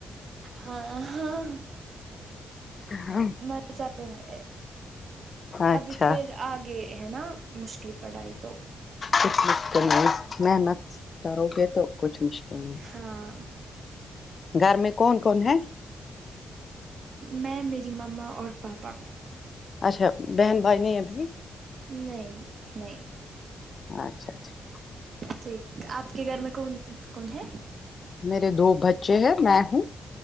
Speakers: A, on the right; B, on the left.
A: ہاں ہاں
B: ہا
A: مزہ تو ہے
B: اچھا
A: ابھی پھر آگے ہے نا مشکل پڑائی تو
B: کچھ مشکل نہیں محنت کرو گے تو کچھ مشکل نہیں
A: ہاں
B: گھر میں کون کون ہے
A: میں میری مما اور پاپا
B: اچھا بہن بھائی نے ابھی
A: نہیں نہیں
B: ہا اچھا اچھا
A: ٹھیک آپ کے گھر میں کون کون ہے
B: میرے دو بچے ہیں میں ہوں